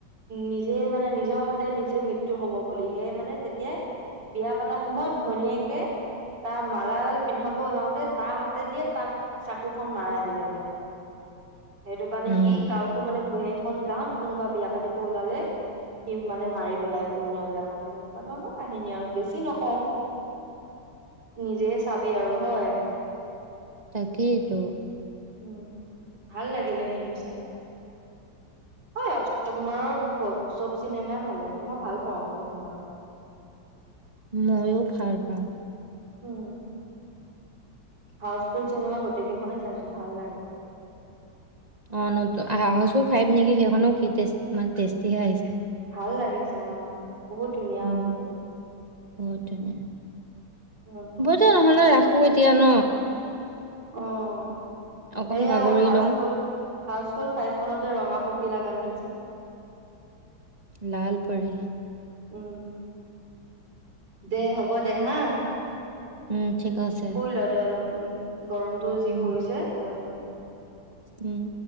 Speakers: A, on the right (about 60°); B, on the right (about 25°).
A: নিজে মানে নিজৰ হাতে নিজে মৃত্যু হব বুলিহেয় মানে তেতিয়া বিয়া পাতা সময়ত ঘনীয়েকে তাৰ মালাডাল পিন্ধাব ওলাওতে তাহ হাতে দিয়ে তাক চাকুখন মৰাই দিলে মানে। সেইটো কাৰণে
B: উম
A: সি ককো মানে সেই এখন গাঁৱত কোনোবা বিয়া পাতিব ওলালে সি মানে মাৰি পেলাই কোনোবাদিনাখন সেনেকুৱা ধৰণৰ কাহিনী আৰু বেছি নকও নিজে চাবি আৰু হয়
B: তাকেইটো।
A: উম ভাল লাগিলে কিন্তু চাই হয় অক্ষয় কুমাৰৰ চব চিনেমাই ভাল লাগে মই ভাল পাওঁ অক্ষয় কুমাৰক
B: ময়ো ভাল পাওঁ।
A: হম। হাউচফুল চিনেমা গোটেইকেইখনে চাইছো ভাল লাগে।
B: অ ন হাউজ ফল ফাইভ নেকি সেইখনো কি মানে টেষ্টিহে আহিছে।
A: ভাল লাগে চাই আহ বহুত ধুনীয়া
B: উম
A: হৈছে মানে
B: বহুত ধুনীয়া
A: উম।
B: দে নহ'লে ৰাখো হব এতিয়া ন।
A: অহ
B: অকন
A: এয়া
B: বাগৰি
A: হাউছ
B: লওঁ
A: ফোল। ফাৰ্চ হ'ল ফাইভ খনত যে ৰঙা পখিলা গানটো যে
B: লাল পৰী।
A: উম দে হ'ব দে হা
B: উম ঠিক আছে।
A: শুই ল দে অলপ উম। গৰমতটো যি
B: উম
A: পৰিছে হ'ব। উম
B: উম।